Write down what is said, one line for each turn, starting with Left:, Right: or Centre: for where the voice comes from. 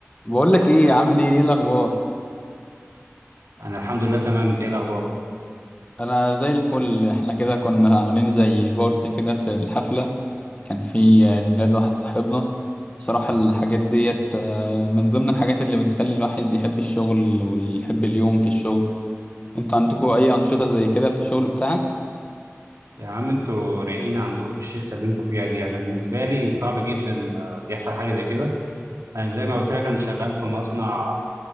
Left: بقول لك ايه عامل ايه ايه الاخبار
Right: انا الحمد لله تمام انت ايه الاخبار
Left: انا زي الفل احنا كده كنا عاملين زي بارتي كده في الحفله كان في عيد ميلاد واحد صاحبنا بصراحه الحاجات ديت آه، من ضمن الحاجات اللي بتخلي الواحد يحب الشغل ويحب اليوم في الشغل انتوا عندكم اي انشطه زي كده في الشغل بتاعك
Right: يا عم انتوا رايقين عندكم في الشركه اللي انتوا فيها دي انا بالنسبه لي صعب جدا آه، يحصل حاجه زي كده انا زي ما قلت لك انا شغال في مصنع